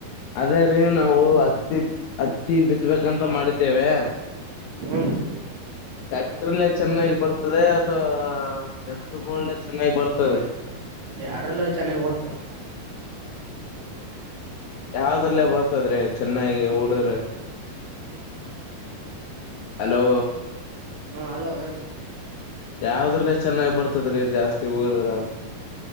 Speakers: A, on the left; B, on the right.
A: ಅದೇ ರೀ ನಾವು ಹತ್ತಿ ಹತ್ತಿ ಬಿತ್ಬೇಕಂತ ಮಾಡಿದ್ದೇವೆ.
B: ಹೂನ್ರಿ
A: ಟ್ಯಾಕ್ಟ್ರಲೆ ಚೆನ್ನಾಗಿ ಬರ್ತದೆ ಅಥವಾ ಎತ್ಗಳ ಚೆನ್ನಾಗಿ ಬರ್ತದೆ.
B: ಎಡ್ರಲ್ಲ ಚೆನ್ನಾಗ್ ಬಡ್ತರ್ -
A: ಯಾವ್ದ್ರಲ್ಲೇ ಬರ್ತದ್ರೆ ಚೆನ್ನಾಗಿ ಓಡದ್ರ. ಹಲೋ
B: ಹಲೋ ಹೇಳ
A: ಯಾವದ್ರಲ್ಲಿ ಚೆನ್ನಾಗ್ ಬರ್ತದ್ರೀ ಜಾಸ್ತಿ ಹೊಡುದ್ರ